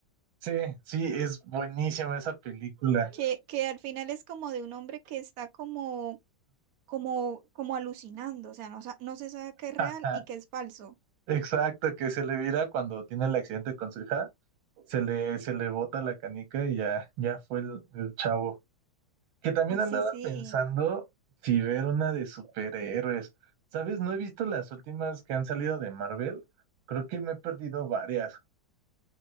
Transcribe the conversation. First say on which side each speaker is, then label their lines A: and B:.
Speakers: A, on the right; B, on the right.
A: Sí, sí, es buenísima esa película.
B: Que, que al final es como de un hombre que está como, como, como alucinando. O sea, no, sa- no se sabe qué es real
A: Ajá.
B: y qué es falso.
A: Exacto, que se le vira cuando tiene el accidente con su hija, se le, se le bota la canica y ya, ya fue el, el chavo. Que también
B: Así,
A: andaba
B: sí. sí.
A: pensando si ver una de superhéroes. ¿Sabes? No he visto las últimas que han salido de Marvel. Creo que me he perdido varias.